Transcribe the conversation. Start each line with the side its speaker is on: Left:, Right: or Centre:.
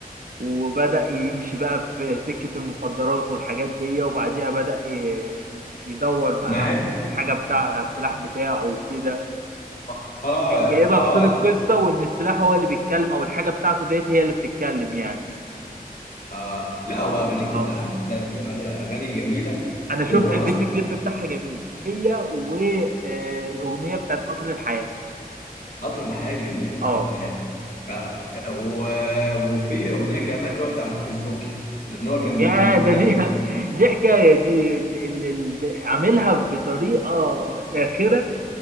Right: وبدأ يمشي بقى في سكة المخدرات والحاجات دي وبعديها بدأ ي- يدور بقى
Left: ما
Right: على
Left: هي
Right: الحاجة بتاع على السلاح بتاعه وكده
Left: اه اه
Right: جايبها
Left: اه
Right: في صورة قصة وإن السلاح هو اللي بيتكلم أو الحاجة بتاعته ديت هي اللي بتتكلم يعني
Left: آه. لا هو اغانيه
Right: اه
Left: كلها لا تقول عليها اغاني جميله
Right: أنا شفت
Left: وهو
Right: الفيديو
Left: اصلا
Right: كليب بتاعها جميل هي والأغنية بتاعت قطر الحياة
Left: قطر الحياة دي جميل
Right: اه
Left: قطر الحياة آه، آه، و... وفي أغنية كمان اللي هو بتاع الفيسبوك لأن هو كان
Right: يا
Left: بيقول
Right: ده
Left: لك
Right: دي <laughs> دي حكاية دي ال- ال- ال- عاملها بطريقة ساخرة